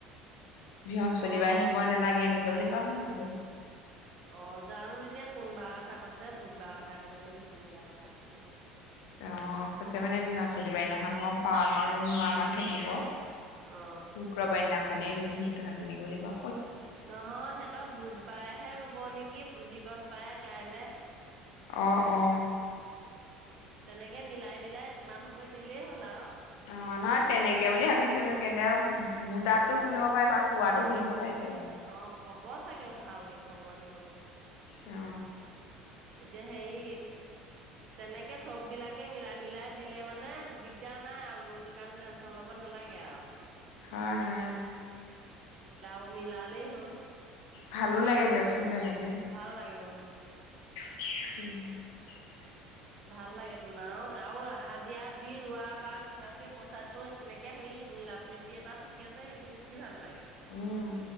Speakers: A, on the left; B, on the right.
A: বৃহস্পতিবাৰে
B: অ
A: আহিব
B: অ
A: নেলাগে এনেকে বুলি কোৱা শুনিছিলো।
B: অ, জানো তেতিয়া কোনবাৰৰ কথা কৈছে বুধবাৰৰ কথা কৈছে নে বৃহস্পতিবাৰৰ কথা কৈছে।
A: অ, কৈছে মানে বৃহস্পতি বাৰৰ দিনাখন মই পৰাকন ৰুম নোৱাৰকন থাকিব।
B: অ
A: শুক্ৰবাৰৰ দিনাখনেই ৰুবিহি তহঁতি তেনেকে বুলি কোৱা
B: নহয় সিহঁতৰ বুধবাৰেহে ৰুব নেকি পুঁজিকন পাই কাইলে।
A: অ অ।
B: তেনেকে মিলাই মিলাই মানুহবোৰে দিলেই হ'ল আও।
A: অ, নহয় তেনেকে বুলি ভাবিছিলো কিন্তু বুজাতো ভুল হ'ব পাৰে বা কোৱাতো ভুল হ'ব পাৰে।
B: অ, ক'ব চাগে ভালকে খবৰ দিব।
A: অ।
B: এতিয়া হেৰি তেনেকে চ'ব বিলাকে মিলাই- মিলাই দিলে মানে দিগদাৰ নাই আ ৰোৱনিৰ কাৰণে টেনশ্যন ল'ব নালাগে। <unintelligible>
A: হয় হয়।
B: মিলাব মিলালেই হ'ল।
A: ভালো লাগে দিয়কচোন তেনেকে।
B: ভাল লাগে উম।
A: <unintelligible>
B: ভাল লাগে তোন আৰু হাজিৰা দি ৰোৱা বা কিবাকে পইচাটো তেনেকে হেৰি মিলা-প্ৰীতি এটা থাকে যে সেইটো বেছি ভাল লাগে।
A: উম,